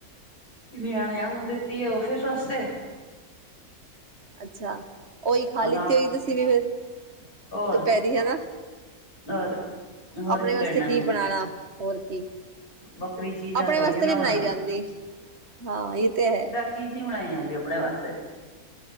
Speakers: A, on the left (about 75°); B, on the right (about 45°).
A: ਨਿਆਣਿਆਂ ਨੂੰ ਦਿੱਤੀ ਔਫਿਸ ਵਾਸਤੇ।
B: ਅੱਛਾ ਉਹੀ ਖਾ
A: ਔਰ
B: ਲਿੱਤੀ
A: ਆਪ
B: ਹੋਈ, ਤੁਸੀਂ ਵੀ ਫਿਰ
A: ਹੋਰ
B: ਦੁਪਹਿਰੀ ਹਨਾ।
A: ਹੋਰ। ਹੋਰ
B: ਆਪਣੇ
A: ਕਰਨਾ
B: ਵਾਸਤੇ ਕੀ
A: ਮੈਂ
B: ਬਣਾਣਾ ਹੋਰ ਕੀ।
A: ਬੱਕਰੀ ਚੀਜ਼ਾਂ
B: ਆਪਣੇ
A: ਥੋੜ੍ਹੀਆਂ
B: ਵਾਸਤੇ
A: ਨਾ
B: ਨੀ
A: ਬਣਾਉਣਾ
B: ਬਣਾਈ ਜਾਂਦੀ ਹਾਂ ਇਹ ਤੇ ਹੈ।
A: ਚੀਜ਼ ਨ੍ਹੀ ਬਣਾਈ ਜਾਂਦੀ ਆਪਣੇ ਵਾਸਤੇ।